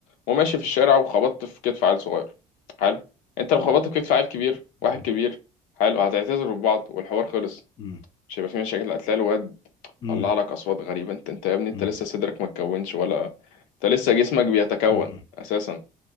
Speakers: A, on the left (about 80°); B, on the left (about 35°).
A: وماشي في الشارع وخبطت في كتف عيل صغير حلو انت لو خبطت في كتف عيل كبير
B: مم.
A: واحد كبير حلو هتعتذروا ببعض والحوار خلص
B: مم.
A: مش هيبقى في مشاكل هتلاقي الواد
B: مم.
A: طلع لك اصوات غريبه انت انت يا ابني انت
B: مم.
A: لسه صدرك ما اتكونش ولا انت لسه جسمك بيتكون
B: مم.
A: اساسا